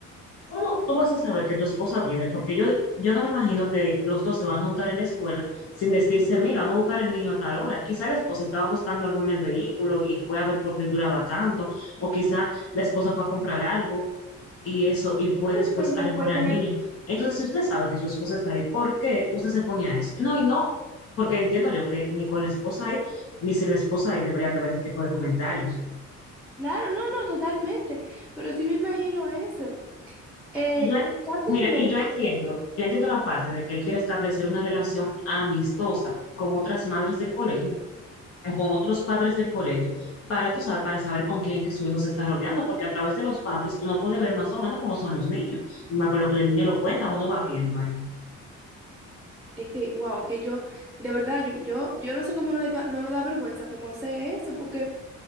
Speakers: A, on the left (about 50°); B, in the centre.
A: ¿Cómo tú vas a saber que tu esposa viene? Porque yo, yo no me imagino que los dos se van a juntar en la escuela sin decirse, mira, vamos a buscar el niño a tal hora. Quizá la esposa estaba buscando algo en el vehículo y fue a ver por qué él duraba tanto, o quizá la esposa fue a comprar algo y eso, y fue
B: Realmente
A: después a recoger
B: fue que
A: al
B: le...
A: niño. Entonces, si usted sabe que su esposa está ahí, ¿por qué usted se pone a eso? No, y no, porque entiendo yo que ni con la esposa ahí, ni sin la esposa ahí deberían de haber ese tipo de comentarios.
B: Claro, no, no, totalmente. Pero sí me imagino eso. Eh,
A: Y yo, en-
B: fácilmente,
A: mira, y yo entiendo, yo entiendo la parte de que él quiere establecer una relación amistosa con otras madres del colegio o con otros padres del colegio para, tú sabes, para saber con quién que su hijo se está rodeando, porque a través de los padres uno puede ver más o menos cómo son los niños y más con lo que el niño lo cuenta, uno va viendo ahí.
B: es que, wow, que yo, de verdad, yo, yo, yo no sé cómo no le da, no le da vergüenza cómo hacer eso, porque